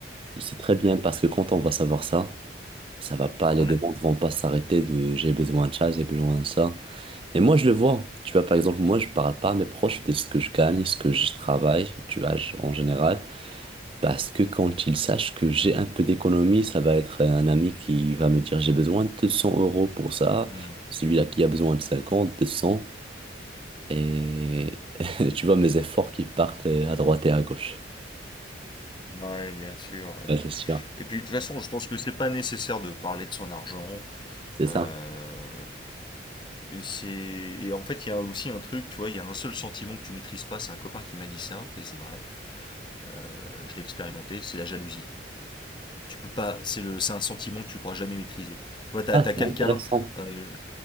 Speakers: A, on the right; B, on the left.
A: Il sait très bien parce que quand on va savoir ça, ça va pas, les
B: Ouais.
A: demandes vont pas s'arrêter de j'ai besoin de ça, j'ai besoin de ça. Et moi, je le vois. Tu vois, par exemple, moi, je parle pas à mes proches de ce que je gagne, ce que je travaille, tu vois, je- en général. Parce que quand il sache que j'ai un peu d'économie, ça va être un ami qui va me dire j'ai besoin de 100 euros pour ça,
B: Mm.
A: celui-là qui a besoin de 50, de 100, et <laughs> tu vois mes efforts qui partent à droite et à gauche.
B: Ouais, bien sûr. ouais.
A: Ouais, c'est sûr,
B: Et puis de toute façon, je pense que c'est pas nécessaire de parler de son argent.
A: c'est ça.
B: Euh, Et c'est et en fait il y a aussi un truc, tu vois, il y a un seul sentiment que tu maîtrises pas, c'est un copain qui m'a dit ça et c'est vrai, euh, je l'ai expérimenté, c'est la jalousie. Tu peux pas, c'est le c'est un sentiment que tu pourras jamais maîtriser. Tu vois, t'as
A: Ah,
B: t'as quelqu'un
A: c'est intéressant.
B: euh,